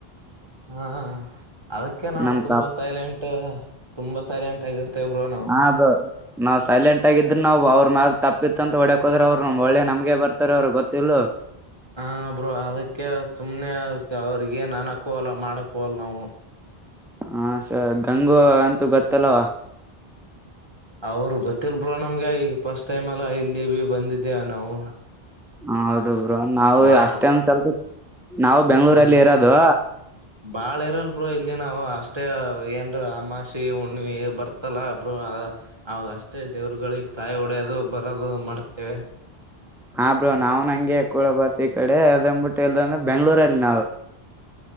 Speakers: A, on the right (about 25°); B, in the centre.
A: ಹಾ ಅದಕ್ಕೆ ನಾವು
B: ನಮ್
A: ತುಂಬಾ
B: ತಪ್ಪ
A: ಸೈಲೆಂಟ್ ತುಂಬಾ ಸೈಲೆಂಟ್ ಆಗಿರ್ತೇವೇ ಬ್ರೋ ನಾವು
B: ಹಾ ಬ್ರೋ ನಾವ್ ಸೈಲೆಂಟ್ ಆಗಿದ್ರ ನಾವು ಅವ್ರ ಮ್ಯಾಲ ತಪ್ಪಿತ್ತ ಅಂತ ಹೊಡಿಯಕ್ಕೆ ಹೋದ್ರೆ ಅವರುನು ಒಳ್ಳೆ ನಮ್ಗೆ ಬರ್ತಾರ ಅವರು ಗೊತ್ತಿಲು
A: ಹಾ ಬ್ರೋ ಅದಕ್ಕೆ ಸುಮ್ನೆ ಅವ್ರಗ ಏನ್ ಅನಕಲ್ಲ ಮಾಡಕ ಅಲ್ಲ ನಾವು
B: ಹಾ ಗಂಗು ಅಂತೂ ಗೊತ್ತಲ್ಲವಾ
A: ಅವರು ಗೊತ್ತಿಲ್ಲ ಬ್ರೋ ನಮ್ಗೆ ಈ ಫಸ್ಟ್ ಟೈಮ್ ಅಲ್ಲ ಇಲ್ಲಿ ಬಂದಿದ್ದೇ ನಾವು
B: ಹಾ ಬ್ರೋ ನಾವು
A: ಬಾ
B: ಅಷ್ಟೇ ಒಂದ್ ಸ್ವಲ್ಪ ನಾವು ಬೆಂಗ್ಳೂರಲ್ಲಿ
A: ಬಾ
B: ಇರೋದು
A: ಬಾಳ ಇರಲ್ ಬ್ರೋ ಇಲ್ಲಿ ನಾವು ಅಷ್ಟೇ ಏನ್ರ ಅಮಾಷಿ ಹುಣಿಮೆ ಬರ್ತಲ್ಲ ಬ್ರೋ ಅವಾಗ ಅಷ್ಟೇ ದೇವ್ರಗಳಿಗೆ ಕಾಯಿ ಹೊಡ್ಯದು ಬರೋದು ಮಾಡ್ತೇವೆ
B: ಹಾ ಬ್ರೋ ನಾವ್ ಹಂಗೆ ಕೂಡ ಬರ್ತಿ ಈ ಕಡೆ ಅದಬಿಟ್ಟ ಇಲ್ದ ಅಂದ್ರೆ ಬೆಂಗ್ಳೂರಲ್ಲಿ ನಾವು